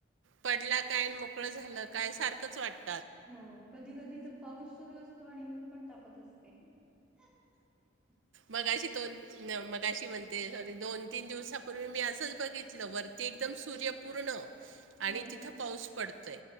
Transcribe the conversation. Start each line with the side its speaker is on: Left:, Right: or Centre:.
Right: पडला काय मोकळं झालं काय सारखंच वाटत.
Centre: हो कधी कधी तर पाऊस सुरू असतो आणि ऊन पण तापत असते. <inaudible>
Right: मगाशी दोन मगाशी म्हणते सॉरी दोन तीन दिवसापूर्वी मी असंच बघितलं वर ते एकदम सूर्य पूर्ण
Centre: ह
Right: आणि तिथं पाऊस पडतय